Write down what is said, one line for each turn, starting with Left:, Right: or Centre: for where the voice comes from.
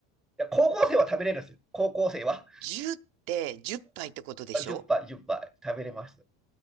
Centre: いや高校生は食べれるんですよ。高校生は。
Right: ー、?10 って10杯っぱいってことでしょ
Centre: あ10杯、10杯食べれます。